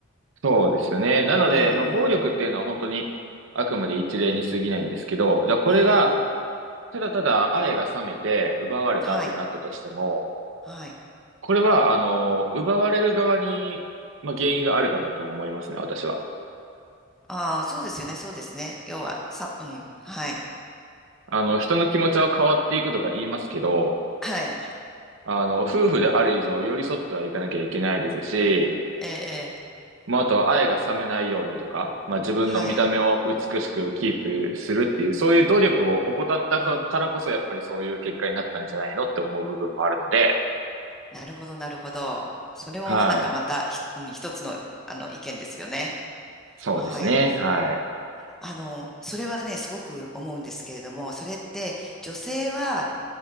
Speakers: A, on the right; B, in the centre.
A: そうですね。なので、
B: うんう
A: まあ暴力っていうのは本当にあくまで一例に過ぎないんですけど、
B: ん。
A: じゃあこれが、
B: うん。
A: ただただ愛が冷めて奪われたってなったとしても、
B: はい。はい。
A: これは、あの、奪われる側に、まあ原因があるかなと思いますね、私は。
B: ああ、そうですよね、そうですね。要は、さ、うん、はい、
A: あの、人の気持ちは変わっていくとか言いますけど、
B: <laughs> はい、
A: あの、夫婦である以上寄り添ってはいかなきゃいけないですし、
B: ええ、ええ
A: まあ、あとは愛が冷めないようにとか、まあ、自分の見た目を美しくキープするっていう、
B: はい、
A: そういう努力を怠ったからこそ、
B: うん、
A: やっぱりそういう結果になったんじゃないのって思う部分もあるので、
B: なるほど、なるほど。それもなんかまたひ、
A: はい。
B: うん一つの、あの意見ですよね。
A: そうですね。
B: はい。
A: はい。
B: あの、それはね、すごく思うんですけれども、それって女性は、